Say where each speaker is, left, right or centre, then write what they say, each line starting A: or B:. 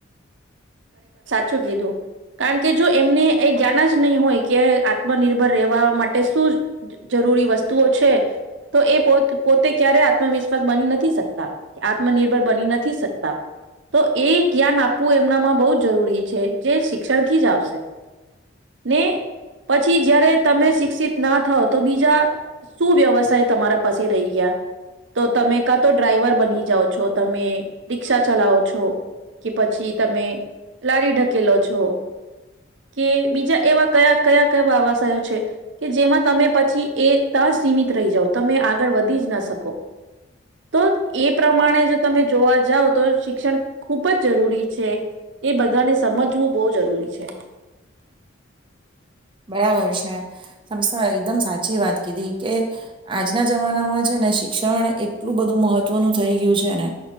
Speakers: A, on the right; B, on the right.
A: શું કીધું. કારણ કે જો એમને એ જ્ઞાન જ નહી હોય કે આત્મનિર્ભર રહેવા માટે શું જરૂરી વસ્તુઓ છે તો એ પો પોતે ક્યારેય આત્મવિશ્વાસ બની નથી શકતા આત્મનિર્ભર બની નથી શકતા. તો એ જ્ઞાન આપવું એમનામાં બહુ જ જરૂરી છે જે શિક્ષણથી જ આવશે. ને પછી જયારે તમે શિક્ષિત ના થાવ તો બીજા શું વ્યવસાય તમારા પાસે રહી ગયા. તો તમે કા તો ડ્રાઈવર બની જાઓ છો તમે રિક્ષા ચલાવો છો કે પછી તમે લારી ઢકેલો છો કે બીજા એવા કયા કયા કયા અવાશો છે કે જેમાં તમે પછી એ ત્યાં સીમિત રહી જાઓ તમે આગળ વધી જ ના શકો તો એ પ્રમાણે જો તમે જોવા જાવ તો શિક્ષણ ખૂબ જ જરૂરી છે એ બધાને સમજવું બહુ જરૂરી છે.
B: બરાબર છે સમસ્થા એકદમ સાચી વાત કીધી કે આજના જમાનામાં છે ને શિક્ષણ એટલું બધું મહત્વનું થઈ ગયું છે ને